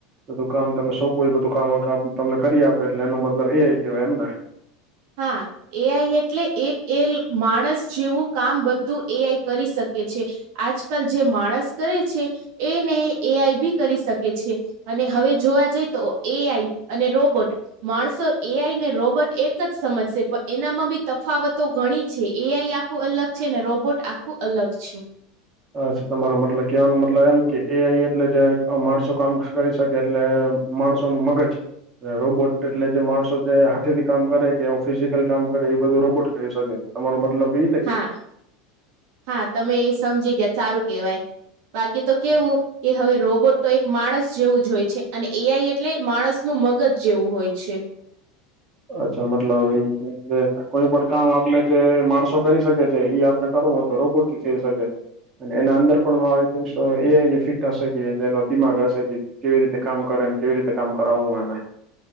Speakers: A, on the right; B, on the right.
A: બધુ કામ તમે સોપો એ બધું કામ તમને કરી આપે એટલે એનો મતલબ એઆઈ કેવાય એમને?
B: હા. એ આઈ એટલે એક એ માણસ જેવું કામ બધું એ આઈ કરી શકે છે. આજકલ જે માણસ કરે છે એને એઆઈ બી કરી શકે છે. અને હવે જોવા જઈ તો એ આઈ અને રોબોટ માણસો એ આઈ ને રોબોટ એક જ સમજશે પણ એનામાં બી તફાવતો ઘણી છે એઆઈ આખું અલગ છે ને રોબોટ આ ખુ અલગ છે.
A: હા, તમારો મતલબ કેવાનો મતલબ એમ કે એ આઈ એટલે જે માણસો કામ કરી શકે એટલે માણસોનું મગજ. રોબોટ એટલે જે માણસો છે હાથેથી કામ કરે કે ફિઝિકલ કામ કરે એ બધું રોબોટ કરી શકે. તમારો મતલબ ઈ
B: હા, હા તમે એ સમજી ગયા સારું કેવાય. બાકી તો કેવું કે હવે રોબોટ તો એક માણસ જેવું જ હોય છે અને એઆઈ એટલે માણસનું મગજ જેવું હોય છે.
A: અચ્છા, મતલબ એ કોઈ પણ કામ આપને જે માણસો કરી શકે છે ઈ આપને કરવું હોય તો રોબૉટથી થઈ શકે. અને એના અંદર પણ આઈ થિક એને ફિટ હશે કે એનો દિમાગ હશે કે કેવી રીતે કામ કરે ને કેવી રીતે કામ કરાવવું હોય એને.